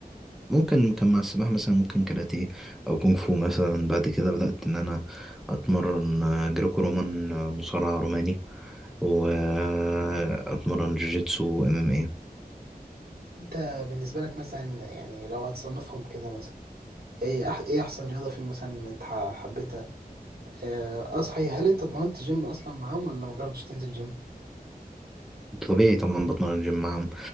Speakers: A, in the centre; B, on the right (about 80°).
A: ممكن كان مع السباحة مثلا ممكن كاراتيه أو كونغ فو مثلا بعد كده بدأت إن أنا أتمرن آه، جريكو رومان آه، مصارع روماني وأتمرن جوجيتسو ام ام إيه.
B: انت بالنسبة لك مثلا يعني لو هتصنفهم كده مثلا ايه أح ايه احسن رياضة فيهم مثلا انت ح- حبيتها آه، اه صحيح هل انت اتمرنت جيم اصلا معاهم ولا ما جربتش تنزل جيم
A: طبيعي طبعا بتمرن جيم معاهم